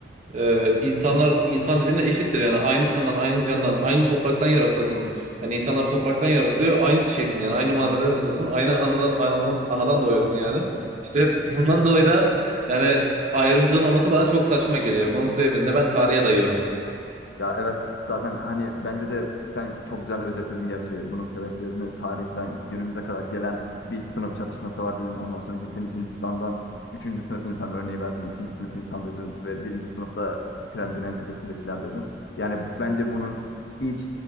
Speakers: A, on the right (about 40°); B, on the left (about 65°).
A: e, insanlar insan dediğine eşittir. Yani aynı kandan, aynı candan, aynı topraktan yaratılıyorsun. Yani insanlar topraktan yaratılıyor. Aynı şeysin yani. Aynı malzemeden yaratıyorsun. Aynı anadan, anadan, anadan doğuyorsun yani. İşte <laughs> bundan dolayı da yani ayrımcılığın olması bana çok saçma geliyor. Bunun sebebini de ben tarihe dayıyorum.
B: Ya evet zaten hani bence de sen çok güzel özetledin gerçi bunun sebeplerini tarihten günümüze kadar gelen bir sınıf çatışması var dedin. Ondan sonra gittin Hindistan'dan üçüncü sınıf insan örneği verdin, ikinci sınıf insan dedin ve birinci sınıfta piramidin en tepesindekiler dedin. Yani bence bunun ilk